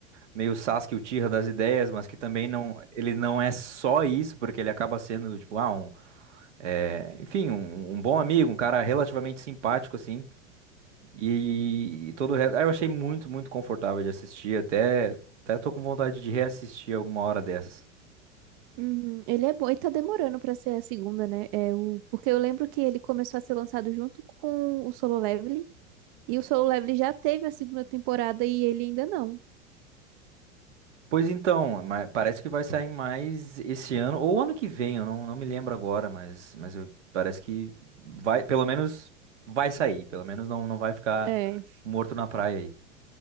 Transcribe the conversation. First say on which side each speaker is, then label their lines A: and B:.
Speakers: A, on the right; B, on the right.
A: meio Sasuke Uchiha das ideias, mas que também não ele não é só isso, porque ele acaba sendo tipo, ah, um, é, enfim, um, um bom amigo, um cara relativamente simpático assim. E, e todo o resto, ah, eu achei muito, muito confortável de assistir, até até tô com vontade de reassistir alguma hora dessas.
B: Uhum, Ele é bom e tá demorando pra ser a segunda, né? É o... Porque eu lembro que ele começou a ser lançado junto com o Solo Leveling. E o Solo Leveling já teve a segunda temporada e ele ainda não.
A: Pois então, ma- parece que vai sair mais esse ano ou ano que vem, eu não, não me lembro agora, mas, mas eu- parece que vai, pelo menos vai sair, pelo menos não, não vai ficar
B: É.
A: morto na praia aí.